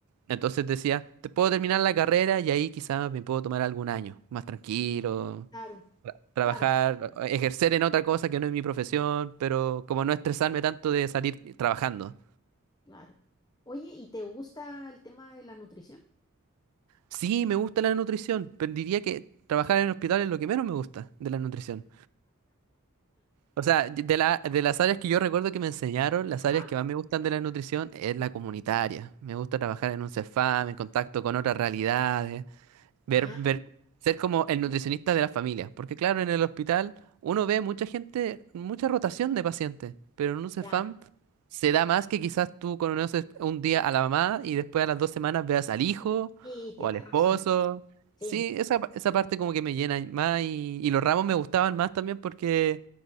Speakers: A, on the right; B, on the left.
A: Entonces decía, te puedo terminar la carrera y ahí quizás me puedo tomar algún año, más tranquilo,
B: claro,
A: trabajar,
B: claro,
A: ejercer en otra cosa que no es mi profesión, pero como no estresarme tanto de salir trabajando.
B: claro. Oye, ¿y te gusta el tema de la nutrición?
A: Sí, me gusta la nutrición, pero diría que trabajar en hospital es lo que menos me gusta de la nutrición. O sea, de la, de las áreas que yo recuerdo que me enseñaron, las
B: Ajá.
A: áreas que más me gustan de la nutrición es la comunitaria. Me gusta trabajar en un CEFAM, en contacto con otras realidades. Ver,
B: Ah,
A: ver, ser como el nutricionista de la familia. Porque claro, en el hospital uno ve mucha gente, mucha rotación de pacientes, pero en un Cefam
B: ya,
A: se da más que quizás tú conoces un día a la mamá y después a las dos semanas veas al hijo
B: sí,
A: o
B: tienes
A: al esposo.
B: razón. Sí,
A: Sí, esa, pa- esa parte como que me llena más y, y los ramos me gustaban más también porque